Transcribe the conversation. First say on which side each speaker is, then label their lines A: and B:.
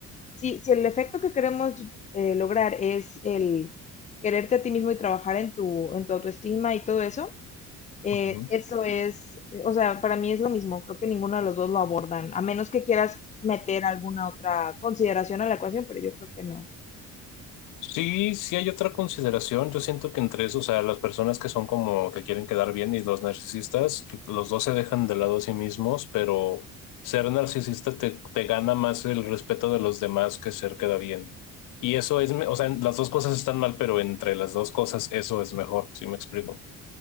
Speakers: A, on the left; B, on the left.
A: si, si el efecto que queremos eh, lograr es el quererte a ti mismo y trabajar en tu, en tu autoestima y todo eso, eh,
B: Ujú.
A: eso es, o sea, para mí es lo mismo, creo que ninguno de los dos lo abordan, a menos que quieras meter alguna otra consideración a la ecuación, pero yo creo que no.
B: Sí, sí hay otra consideración. Yo siento que entre esos, o sea, las personas que son como que quieren quedar bien y los narcisistas, los dos se dejan de lado a sí mismos, pero ser narcisista te, te gana más el respeto de los demás que ser queda bien. Y eso es, me- o sea, las dos cosas están mal, pero entre las dos cosas eso es mejor, ¿Sí me explico?